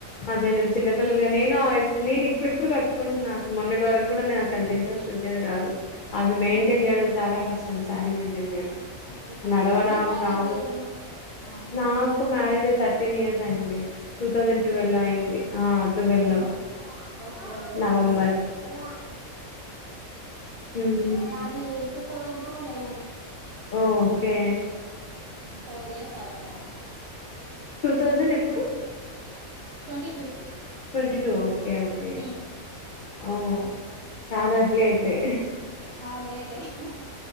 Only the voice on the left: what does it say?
అదే నేను చిన్నపిల్లలుగా నేను నేను ఇప్పుడిప్పుడు కట్టుకుంటున్నాను అసలు మొన్నటి వరకు కూడా అంత ఇంట్రెస్ట్ ఉండేది కాదు అవి మెయింటైన్
చేయడం చాలా కష్టం శారీ మయి టైన్ చేయడం
అ నడవడం
రాదు
నాకు మ్యారేజ్ థర్టీన్ ఇయర్స్ అయింది టువెల్లో అయింది ఆ ట్వెల్వ్
లో
నవంబర్
మ్మ్
ఓకే
టూ థౌజండ్ ఎప్పుడు
ట్వంటిటూ ఆ ఓకే ఓకే
ఓ చాలా అట్లేయితే